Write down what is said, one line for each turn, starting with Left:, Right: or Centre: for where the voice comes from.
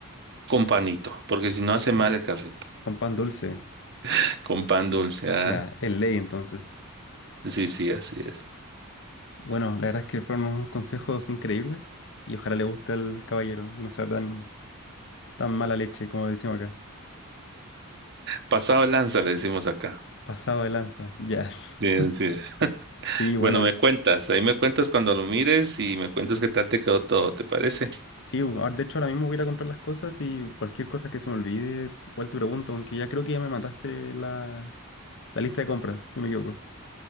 Right: Con panito, porque si no hace
Left: con,
Right: mal el café.
Left: con pan dulce.
Right: <laughs> Con pan dulce, ah,
Left: Ya, es ley entonces.
Right: Sí, sí, así es.
Left: Bueno, la verdad es que fueron unos consejos increíbles y ojalá le guste al caballero y no sea tan, tan mala leche como decimos acá.
Right: Pasado de lanza, le decimos acá.
Left: Pasado de lanza, ya. <laughs>
Right: Sí, sí.
Left: Sí, bueno,
Right: Bueno, me cuentas, ahí me cuentas cuando lo mires y me cuentas qué tal te quedó todo, ¿te parece?
Left: sí, ahora- de hecho ahora mismo voy a ir a comprar las cosas y cualquier cosa que se me olvide, igual te pregunto, aunque ya creo que ya me mataste la, la lista de compras, si no me equivoco.